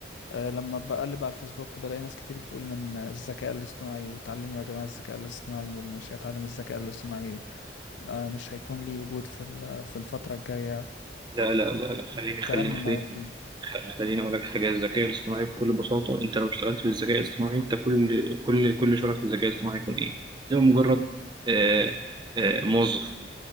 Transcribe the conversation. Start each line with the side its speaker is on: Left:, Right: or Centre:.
Left: آه، لما بقلب على الفيسبوك بلاقي ناس كتير بتقول إن الذكاء الاصطناعي وتعلموا يا جماعة الذكاء الاصطناعي واللي مش هيتعلم الذكاء الاصطناعي آه، مش هيكون ليه وجود في ال- في الفترة الجاية
Right: لا لا لا لا خليني خليني
Left: كلام من النوعية
Right: خليني
Left: دي
Right: خليني أقول لك حاجة الذكاء الاصطناعي بكل بساطة أنت لو اشتغلت في الذكاء الاصطناعي أنت كل كل كل شغلك في الذكاء الاصطناعي يكون إيه؟ ده مجرد آه، آه، موظف